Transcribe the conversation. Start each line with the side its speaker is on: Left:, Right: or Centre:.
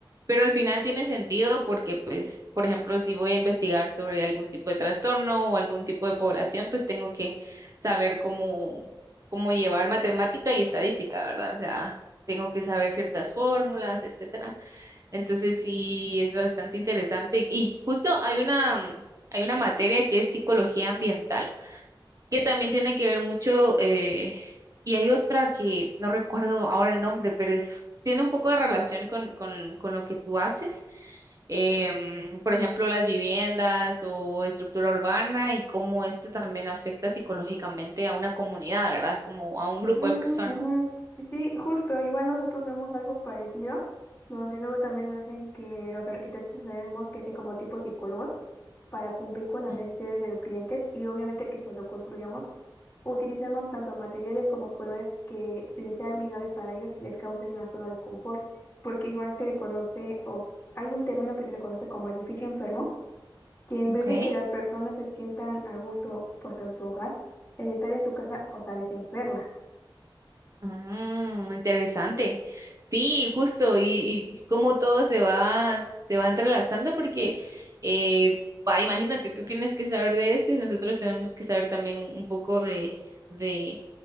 Right: Pero al final tiene sentido porque, pues, por ejemplo, si voy a investigar sobre algún tipo de trastorno o algún tipo de población, pues tengo que saber cómo, cómo llevar matemática y estadística, ¿verdad? O sea, tengo que saber ciertas fórmulas, etcétera. Entonces sí, es bastante interesante. Y justo hay una, hay una materia que es psicología ambiental que también tiene que ver mucho, eh, y hay otra que no recuerdo ahora el nombre, pero es, tiene un poco de relación con, con, con lo que tú haces. Em, por ejemplo, las viviendas o estructura urbana y cómo esto también afecta psicológicamente a una comunidad, ¿verdad? Como a un grupo
Left: Mm,
Right: de personas.
Left: ujú. Sí, justo, igual nosotros vemos algo parecido, donde luego también nos dicen que los arquitectos tenemos que ser como tipo psicólogos para cumplir con las
Right: Mm,
Left: necesidades de los clientes y obviamente que cuando construyamos utilicemos tanto materiales como colores que les sean amigables para ellos y les causen una zona de confort, porque igual se le conoce o hay un término que se le conoce como edificio enfermo, que en
Right: Ok.
Left: vez de que las personas se sientan a gusto pues en su hogar, el estar en su casa, o sea, les enferma.
Right: Mm, interesante. Sí, justo, y, y cómo todo se va, se va entrelazando, porque eh, pa- imagínate, tú tienes que saber de eso y nosotros tenemos que saber también un poco de, de,